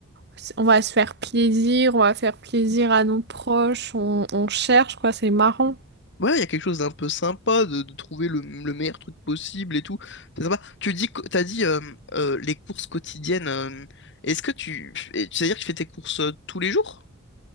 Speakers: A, on the right; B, on the left.
A: c'est- on va se faire plaisir, on va faire plaisir à nos proches, on, on cherche, quoi, c'est marrant.
B: Ouais, il y a quelque chose d'un peu sympa de, de trouver le, le meilleur truc possible et tout. C'est sympa. Tu dis, que- t'as dit euh, euh, les courses quotidiennes. euh, est-ce que tu, et- c'est-à-dire que tu fais tes courses euh, tous les jours?